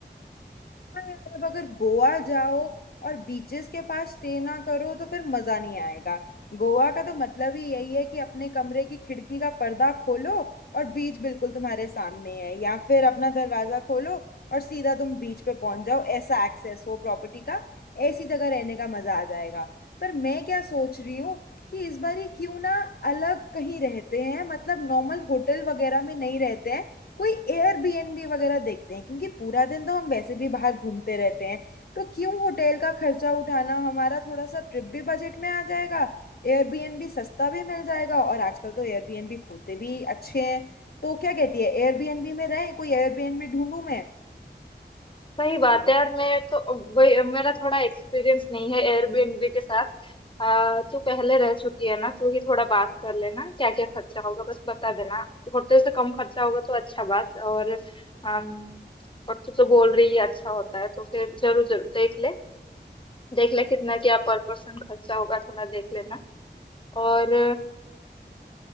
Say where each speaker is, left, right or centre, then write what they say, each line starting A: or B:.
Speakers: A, on the left (about 60°); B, on the left (about 30°).
A: हाँ यार, अब अगर गोवा जाओ और बीचेस के पास स्टे ना करो तो फिर मजा नहीं आएगा गोवा का तो मतलब ही यही है कि अपने कमरे की खिड़की का पर्दा खोलो और बीच बिल्कुल तुम्हारे सामने है या फिर अपना दरवाजा खोलो और सीधा तुम बीच पे पहुंच जाओ ऐसा एक्सेस हो प्रॉपर्टी का ऐसी जगह रहने का मजा आ जाएगा पर मैं क्या सोच रही हूँ कि इस बार ही क्यों ना अलग कहीं रहते हैं मतलब नॉर्मल होटल वगैरह में नहीं रहते हैं कोई एयरबीएनबी वगैरह देखते हैं क्योंकि पूरा दिन तो हम वैसे भी बाहर घूमते रहते हैं तो क्यों होटल का खर्चा उठाना हमारा थोड़ा सा ट्रिप भी बजट में आ जाएगा एयरबीएनबी सस्ता भी मिल जाएगा और आजकल तो एयरबीएनबी होते भी अच्छे हैं तो क्या कहती है एयरबीएनबी में रहें कोई एयरबीएनबी ढूंढूं मैं
B: सही बात है यार मैं तो वही- मेरा थोड़ा एक्सपीरियंस नहीं है एयरबीएनबी के साथ आ, तू पहले रह चुकी है ना तू ही थोड़ा बात कर लेना क्या क्या खर्चा होगा बस बता देना होटल से कम खर्चा होगा तो अच्छा बात और अम, और तू तो बोल रही है अच्छा होता है तो फिर जरूर जरूर देख ले देख ले कितना क्या पर पर्सन खर्चा होगा थोड़ा देख लेना और